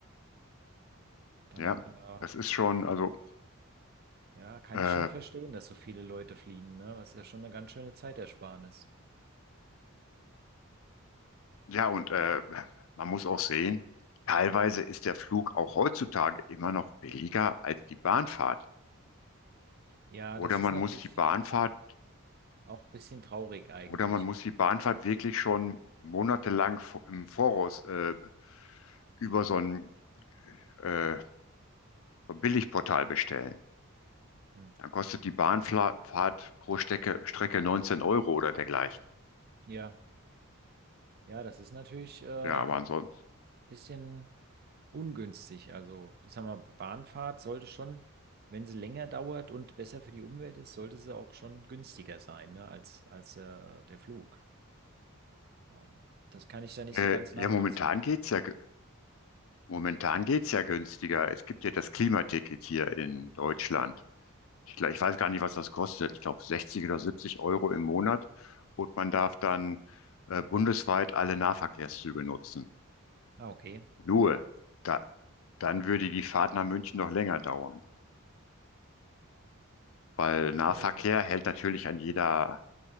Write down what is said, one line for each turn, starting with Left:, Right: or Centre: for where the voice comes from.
Right: Dann,
Left: ja,
Right: äh,
Left: das ist schon, also
Right: ja, kann
Left: äh,
Right: ich schon verstehen, dass so viele Leute fliegen, ne? Was ja schon eine ganz schöne Zeitersparnis.
Left: Ja, und äh, man muss auch sehen, teilweise ist der Flug auch heutzutage immer noch billiger als die Bahnfahrt.
Right: Ja,
Left: Oder
Right: das
Left: man
Right: ist natürlich
Left: muss die Bahnfahrt,
Right: auch ein bisschen traurig eigentlich.
Left: oder man muss
Right: Ne?
Left: die Bahnfahrt wirklich schon monatelang vo- im Voraus äh, über so ein äh, Billigportal bestellen.
Right: Hm.
Left: Dann kostet die Bahnfahrt pro Strecke, Strecke 19 Euro oder dergleichen.
Right: Ja, ja, das ist natürlich ähm,
Left: Ja, aber ansonsten.
Right: bisschen ungünstig. Also, ich sag mal, Bahnfahrt sollte schon, wenn sie länger dauert und besser für die Umwelt ist, sollte sie auch schon günstiger sein, ne, als, als äh, der Flug. Ähm, das kann ich da nicht
Left: Äh,
Right: so ganz nachvollziehen.
Left: ja, momentan geht's ja, ge- momentan geht's ja günstiger. Es gibt ja das Klimaticket hier in Deutschland. Ich, gla- ich weiß gar nicht, was das kostet. Ich glaube 60 oder 70 Euro im Monat. Und man darf dann äh, bundesweit alle Nahverkehrszüge nutzen.
Right: Ah, okay.
Left: Nur, da, dann würde die Fahrt nach München noch länger dauern. Weil
Right: Ach so.
Left: Nahverkehr hält natürlich an jeder,